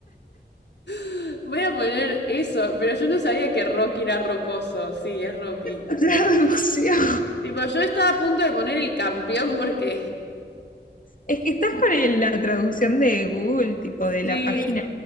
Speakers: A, on the left; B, on the left.
A: <laughs> Voy a poner eso, pero yo no sabía que Rocky era rocoso. Sí, es Rocky.
B: No, traducción.
A: Tipo, yo estaba a punto de poner el campeón porque...
B: Es que estás con el- la traducción de Google, tipo
A: Sí.
B: de la página.